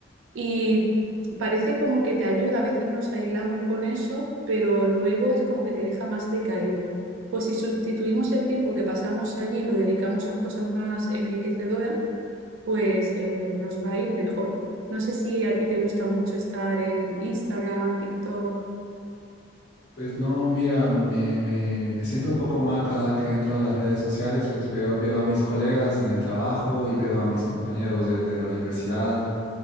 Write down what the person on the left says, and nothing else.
Pues no, mira, me, me, me siento un poco mal cada que entro a las redes sociales, pues veo, veo a mis colegas en el trabajo y veo a mis compañeros de, de la universidad